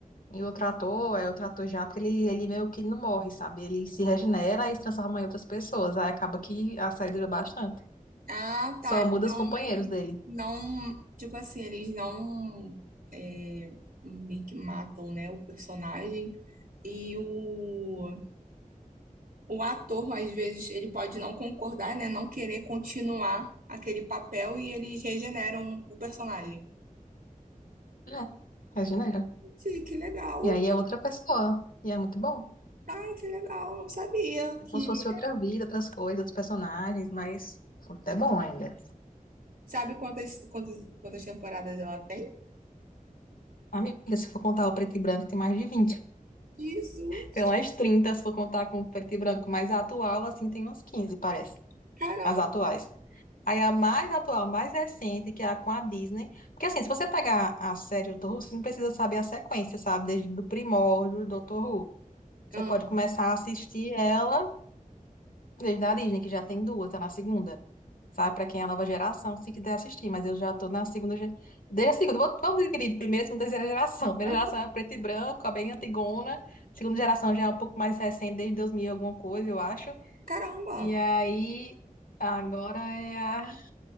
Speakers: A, on the left; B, on the right.
A: e o trator é o trator já, porque ele, ele meio que não morre, sabe? Ele se regenera e se transforma em outras pessoas. Aí acaba que a série dura bastante.
B: Ah, tá.
A: Só
B: Então
A: muda os companheiros
B: ele
A: dele.
B: não, tipo assim, eles não é, meio que matam, né, o personagem e o, o ator, às vezes, ele pode não concordar, né, não querer continuar aquele papel e eles regeneram o personagem.
A: É, regenera.
B: Sim, que legal.
A: E aí é outra pessoa. E é muito bom.
B: Ai, que legal. Não sabia
A: É
B: que...
A: como se fosse outra vida, outras coisas, outros personagens, mas é bom ainda.
B: Sabe quantas, quantas, quantas temporadas ela tem?
A: Amiga, se for contar o preto e branco, tem mais de vinte
B: Jesus,
A: Tem umas 30 se for contar com o preto e branco, mas a atual, assim, tem umas 15 parece.
B: caramba.
A: As atuais. Aí a mais atual, a mais recente, que é a com a Disney. Porque assim, se você pegar a série do Dr. Who, você não precisa saber a sequência, sabe? Desde do primórdio do Dr. Who. Você
B: Ah,
A: pode começar a assistir ela desde a Disney, que já tem duas, tá na segunda. Sabe? Pra quem é a nova geração, se quiser assistir. Mas eu já tô na segunda. ge- Desde a segunda, vou- vamos dizer, querido, primeira, segunda, terceira geração. Primeira
B: aham.
A: geração é preto e branco, é bem antigona. Segunda geração já é um pouco mais recente, desde 2000 e alguma coisa, eu acho.
B: Caramba.
A: E aí, agora é a